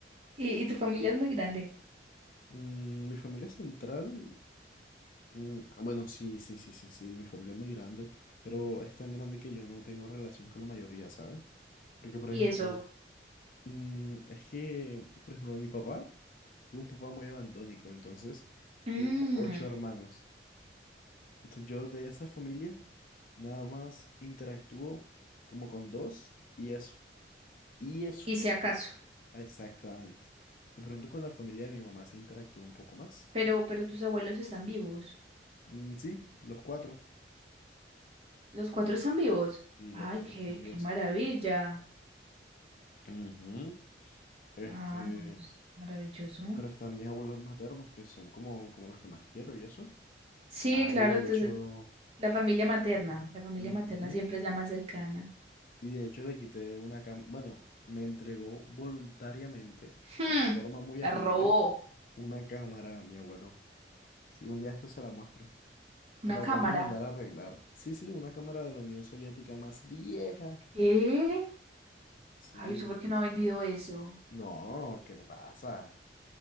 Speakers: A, on the right (about 35°); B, on the left (about 50°).
A: Y, y tu familia es muy grande.
B: Mm, Mi familia central Mm, ah, bueno, sí, sí, sí, sí, sí, mi familia es muy grande, pero es tan grande que yo no tengo relación con la mayoría, ¿sabes? Porque, por
A: Y
B: ejemplo,
A: eso.
B: mm, es que, por ejemplo, mi papá tuvo un papá muy abandónico, entonces
A: Mm,
B: tiene ocho hermanos. Entonces yo de esa familia nada más interactúo como con dos y eso, y eso,
A: y si acaso.
B: exactamente. De pronto con la familia de mi mamá se interactúa un poco más.
A: Pero, pero tus abuelos están vivos.
B: Mm, sí, los cuatro,
A: Los cuatro están vivos.
B: sí,
A: Ay,
B: los cuatro
A: qué,
B: están vivos.
A: qué maravilla.
B: Ujú. Este,
A: Ah, no, es maravilloso.
B: Pero están mis abuelos maternos, que son como, como los que más quiero y eso.
A: Sí,
B: Ah,
A: claro,
B: y de
A: tú
B: hecho,
A: la familia materna, la familia
B: ujú,
A: materna siempre es la más cercana.
B: Y de hecho le quité una cama, bueno, me entregó voluntariamente
A: Hmm,
B: y de forma muy
A: la
B: amable
A: robó
B: una cámara a mi abuelo. Sí, un día esto se la muestro,
A: una
B: pero
A: cámara.
B: la tengo que mandar a arreglar. Sí, sí, una cámara de la Unión Soviética más vieja.
A: ¿Qué?
B: Sí.
A: Ay, ¿usted por qué no ha vendido eso?
B: No, ¿qué le pasa?